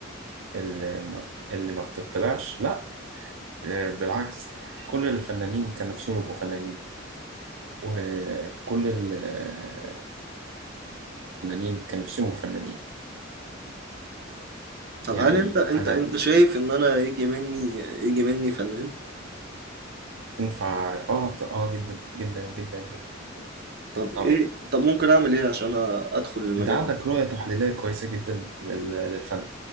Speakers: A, on the right; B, on the right.
A: ال- ما- اللي ما بتطلعش لا آه، بالعكس كل الفنانين كان نفسهم يبقوا فنانين وكل ال- آه، الفنانين كان نفسهم يبقوا فنانين
B: طب
A: يعني
B: هل انت انت
A: أنا
B: انت
A: الناس
B: شايف ان انا يجي مني يجي مني فنان
A: تنفع آه ط- آه جدا جدا جدا جدا
B: طب
A: طبعا
B: ايه طب ممكن اعمل ايه عشان ادخل المجال
A: أنت عندك
B: ده؟
A: رؤية تحليلية كويسة جدا لل- للفن